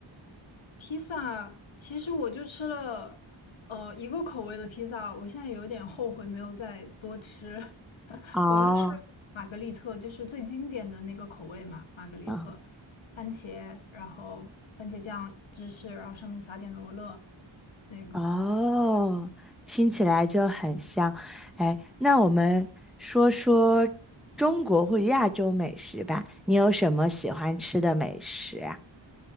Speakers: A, on the left; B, in the centre.
A: 披萨，其实我就吃了，呃，一个口味的披萨，我现在有点后悔没有再多吃，<laughs>
B: 哦，
A: 我就吃了玛格丽特，就是最经典的那个口味嘛，玛格丽特，
B: 嗯，
A: 番茄，然后番茄酱、芝士，然后上面撒点罗勒，那个。
B: 哦，听起来就很香。哎，那我们说说中国或者亚洲美食吧。你有什么喜欢吃的美食呀？